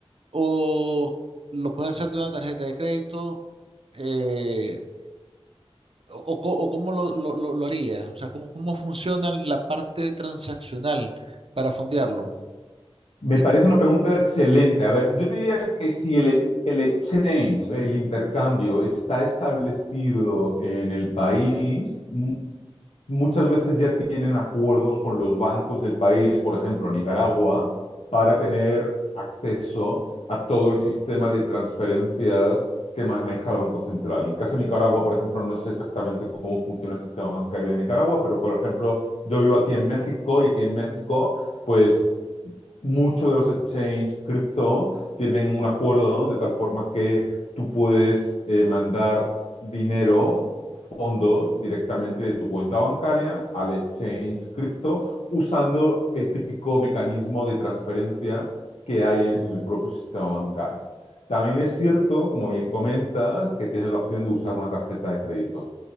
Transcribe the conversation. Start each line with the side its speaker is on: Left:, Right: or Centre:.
Right: o lo puedes hacer de una tarjeta de crédito, eh, o, o co- o cómo lo, lo, lo- lo haría, o sea, cómo, cómo funciona la parte transaccional para fondearlo.
Left: Me
Right: Y
Left: parece una pregunta excelente. A ver, yo te diría que si el, e- el exchange, el intercambio, está establecido en el país, mu- muchas veces ya tienen acuerdos con los bancos del país, por ejemplo, Nicaragua, para tener acceso a todo el sistema de transferencias que maneja el Banco Central. En el caso de Nicaragua, por ejemplo, no sé exactamente cómo funciona el sistema bancario de Nicaragua, pero, por ejemplo, yo vivo aquí en México y aquí en México pues muchos de los exchanges cripto tienen un acuerdo ¿no? de tal forma que tú puedes eh, mandar dinero, fondos, directamente de tu cuenta bancaria al exchange cripto usando el típico mecanismo de transferencia que hay en el propio sistema bancario. También es cierto, como bien comentas, que tienes la opción de usar una tarjeta de crédito.